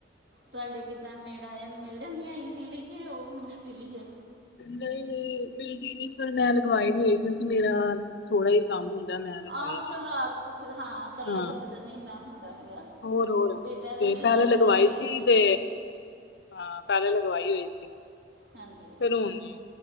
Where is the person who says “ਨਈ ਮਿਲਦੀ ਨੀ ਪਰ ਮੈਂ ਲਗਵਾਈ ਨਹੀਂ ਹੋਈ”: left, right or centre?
Left